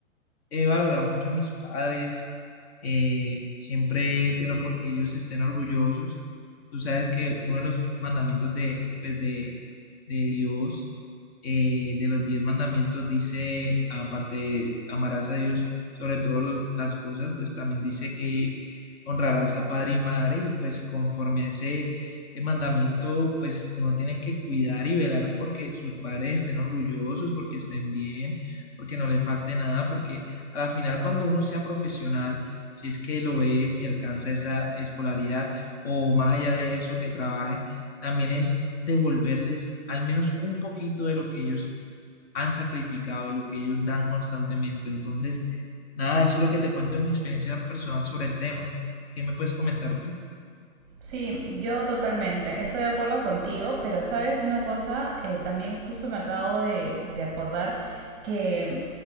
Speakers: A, on the left (about 50°); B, on the right (about 20°).
A: he valorado mucho a mis padres, eh, siempre velo porque ellos estén orgullosos. Tú sabes que uno de los mandamientos de, pues de, de Dios, eh, de los diez mandamientos, dice, aparte de amarás a Dios sobre todas las cosas, pues también dice que honrarás a padre y madre y pues conforme a ese eh, mandamiento, pues uno tiene que cuidar y velar porque sus padres estén orgullosos, porque estén bien, porque no les falte nada, porque a la final, cuando uno sea profesional, si es que lo es, si alcanza esa escolaridad o más allá de eso que trabaje, también es devolverles al menos un poquito de lo que ellos han sacrificado, de lo que ellos dan constantemente. Entonces, nada, eso es lo que te cuento de mi experiencia personal sobre el tema. ¿Qué me puedes comentar tú?
B: Sí, yo totalmente. Estoy de acuerdo contigo, pero sabes una cosa, Eh, también justo me acabo de, de acordar que,